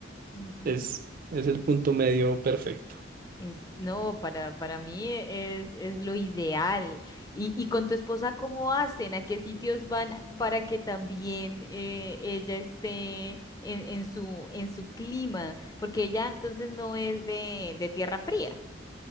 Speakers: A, on the left; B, on the right.
A: ujú.
B: Es, es el punto medio perfecto.
A: Es, no, para, para mí es, es lo ideal. Y, y con tu esposa, ¿cómo hacen? ¿A qué sitios van para que también eh, ella esté en, en su, en su clima? Porque ella entonces no es de, de tierra fría.